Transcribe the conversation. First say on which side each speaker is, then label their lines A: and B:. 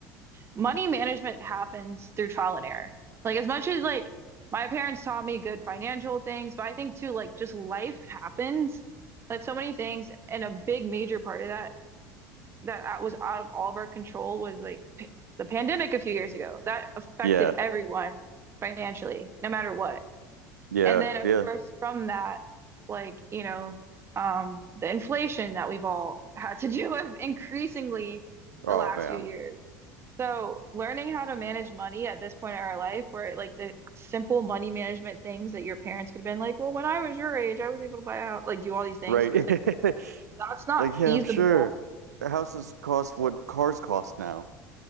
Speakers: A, on the right; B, on the right.
A: money management happens through trial and error. Like as much as like my parents taught me good financial things, but I think too like just life happens. Like so many things, and a big major part of that that was out of all of our control was like p the pandemic a few years ago. That affected
B: yeah
A: everyone financially, no matter what.
B: yeah
A: And then of
B: yeah
A: course from that, like, you know, um, the inflation that we've all had to <laughs> deal with increasingly
B: oh
A: the last
B: man
A: few years. So, learning how to manage money at this point in our life, where like the simple money management things that your parents could have been like, well, when I was your age, I was able to buy out, like do all these things.
B: right
A: So it's like, that's
B: <laughs>
A: not
B: like yeah
A: feasible
B: I'm sure houses cost what cars cost now